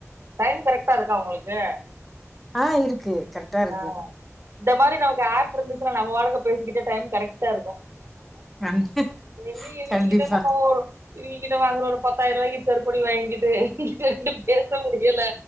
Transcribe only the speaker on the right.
டைம் கரெக்டா இருக்கா உங்களுக்கு
ஆ இந்த மாரி நமக்கு ஆப் இருந்துச்சுனா நம்ம வாழ்க்க பேசிகிட்டே டைம் கரெக்டா இருக்கு
எங்க இவிங்ககிட்ட
நம்ம இவிங்க கிட்ட வாங்கற ஒரு பத்தாயிருவாய்க்கு செருப்படி வாங்கிட்டு ன்டு பேச முடியல